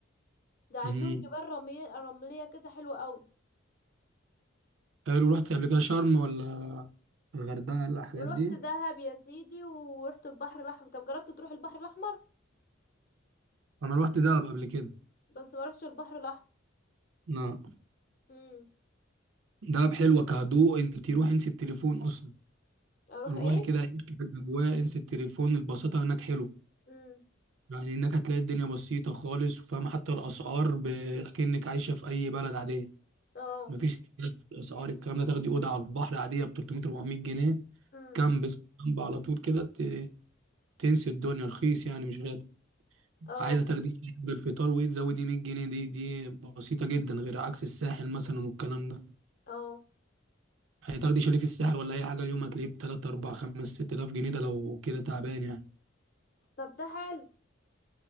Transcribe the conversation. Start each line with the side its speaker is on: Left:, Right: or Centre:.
Left: ده عندهم
Right: امم
Left: جبال رمليه رمليه كده حلوه قوي
Right: حلو رحت قبل كده شرم ولا الغردقه ولا الحاجات
Left: رحت
Right: دي
Left: دهب يا سيدي ورحت البحر الاحمر طب جربت تروح البحر الاحمر
Right: انا رحت دهب قبل كده
Left: بس ما رحتش البحر الاحمر
Right: لا
Left: امم
Right: دهب حلوه كهدوء انت روحي انسي التليفون اصلا
Left: اروح
Right: روحي
Left: ايه
Right: كده عيشي في الاجواء انسي التليفون البساطه هناك حلوه
Left: امم
Right: يعني انك هتلاقي الدنيا بسيطة خالص وفاهمة حتى الاسعار ب- اكنك عايشة في اي بلد عادية
Left: اه
Right: مفيش استهلاك في الاسعار الكلام ده تاخدي اوضة على البحر عادية ب 300 400 جنيه
Left: امم
Right: كامب اسمه كامب على طول كده ت- تنسي الدنيا رخيص يعني مش غالي
Left: اه
Right: عايزة تاخديه بالفطار وايه تزودي 100 جنيه دي دي بسيطة جدا غير عكس الساحل مثلا والكلام ده
Left: اه
Right: هتاخدي شاليه في الساحل ولا اي حاجة اليوم هتلاقيه ب 3 4 5 6000 جنيه ده لو كده تعبان يعني
Left: طب ده حلو